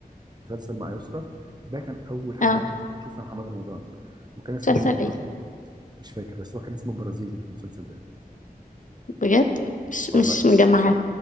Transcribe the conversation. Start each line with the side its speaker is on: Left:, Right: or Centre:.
Right: مسلسل مع يسرا ده كان اول حاجه
Left: اه
Right: شوفها محمد رمضان وكان اسمه
Left: مسلسل ايه
Right: مش فاكر بس هو كان اسمه برازيلي في المسلسل ده
Left: بجد مش
Right: اه والله
Left: مش مجمعة